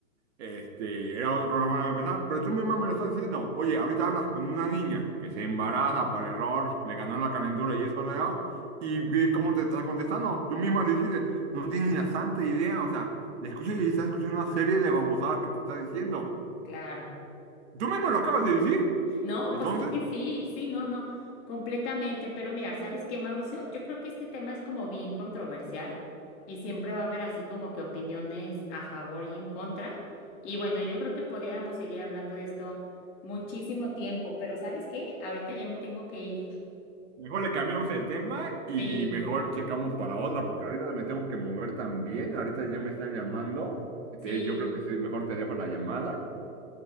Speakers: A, on the right; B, on the left.
A: Este, era otra forma de pensar, pero tú mismo me lo estás diciendo. Oye, ahorita hablas con una niña que se embaraza por error, le ganó la calentura y eso le da, y ve cómo te está contestando. Tú mismo le dijiste, no tienes ni la santa idea, o sea, le escuchas y estás escuchando una serie de babosadas que te está diciendo.
B: Claro.
A: Tú mismo lo acabas de decir.
B: No,
A: Entonces,
B: pues es que sí, sí, no, no, completamente. Pero mira, ¿sabes qué, Mauricio? Yo creo que este tema es como bien controversial y siempre va a haber así como que opiniones a favor y en contra. Y bueno, yo creo que podríamos seguir hablando de esto muchísimo tiempo, pero ¿sabes qué? Ahorita ya me tengo que ir.
A: mejor le cambiamos el tema y
B: Sí,
A: mejor checamos para otra, porque ahorita me tengo que mover también. Ahorita ya me están llamando. Entonces,
B: sí,
A: yo creo que sí, mejor te dejo la llamada